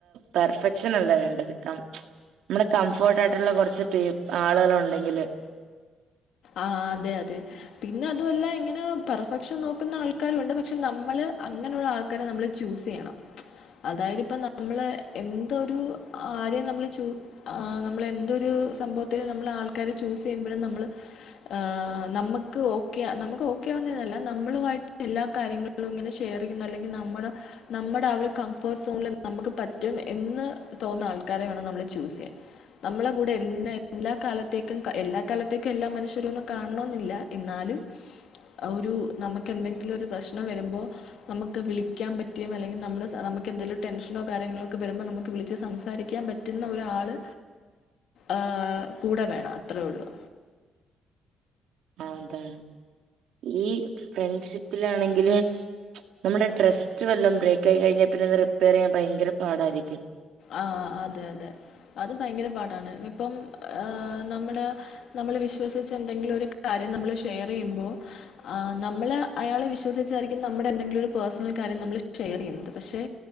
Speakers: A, on the right; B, on the left.
A: പെർഫെക്ഷൻ അല്ല വേണ്ടത് കം നമ്മടെ കംഫോർട്ട് ആയിട്ടുള്ള കുറച്ച് പേ ആളുകൾ ഉണ്ടെങ്കില്
B: ആഹ് അതെ അതെ പിന്നെ അതുവല്ല ഇങ്ങനെ പെർ ഫെക്ഷൻ നോക്കുന്ന ആൾക്കാരും ഉണ്ട് പക്ഷെ നമ്മള് അങ്ങനെയുള്ള ആൾക്കാരെ നമ്മള് ചൂസ് ചെയ്യണം അതായത് ഇപ്പൊ നമ്മള് എന്തൊരു ആരെയും നമ്മള് ചു ആഹ് നമ്മള് എന്തൊരു സംഭവത്തിൽ നമ്മൾ ആൾക്കാര് ചൂസ് ചെയ്യുമ്പോഴും നമ്മള് ആഹ് നമുക്ക് ഓക്കെ നമുക്ക് ഓക്കെ ആവുന്നേന്നല്ല നമ്മളുമായിട്ട് എല്ലാ കാര്യങ്ങളും ഇങ്ങനെ ഷെ ഷെയറിന്ന അല്ലെങ്കിൽ നമ്മുടെ നമ്മുടെ ആഹ് ഒരു കംഫോർട്ട് സോണില് നമുക്ക് പറ്റും എന്ന് തോന്നുന്ന ആൾക്കാരെ വേണം നമ്മള് ചൂസ് ചെയ്യാൻ നമ്മളെ കൂടെ എല്ലാ എല്ലാ കാലത്തേക്കും എല്ലാ കാലത്തേക്കും എല്ലാ മനുഷ്യ ഒന്നും കാണണമെന്നില്ല എന്നാലും ഒരു നമുക്ക് എന്തെങ്കിലും ഒരു പ്രശ്നം വരുമ്പോ നമുക്ക് വിളിക്കാൻ പറ്റിയ അല്ലെങ്കിൽ നമ്മള് നമുക്ക് എന്തെങ്കിലും ടെൻഷനോ കാര്യങ്ങളോ ഒക്കെ വരുമ്പോൾ നമുക്ക് വിളിച്ച് സംസാരിക്കാൻ പറ്റ പറ്റുന്ന ഒരാള്
A: !!
B: ആഹ് കൂടെ വേണം അത്രയേ ഉള്ളൂ
A: ആ അതാണ് ഈ ഫ്രണ്ട്ഷിപ്പിലാണെങ്കില് നമ്മുടെ ട്രസ്റ്റ് വല്ലം ബ്രേക്ക് ആയി കഴിഞ്ഞാൽ പിന്നെ അത് റിപ്പയർ ചെയ്യാൻ ഭയങ്കര പാടായിരിക്കും
B: ആഹ് അതെ അതെ അത് ഭയങ്കര പാടാണ് ഇപ്പം ഏ നമ്മുടെ നമ്മള് വിശ്വസിച്ച് എന്തെങ്കിലും ഒരു കാര്യം നമ്മള് ഷെയർ ചെയ്യുമ്പോൾ ആ നമ്മള് അയാളെ വിശ്വസിച്ചായിരിക്കും നമ്മുടെ എന്തെങ്കിലും ഒരു പേഴ്സണൽ കാര്യം നമ്മൾ ഷെയർ ചെയ്യുന്നത് പക്ഷെ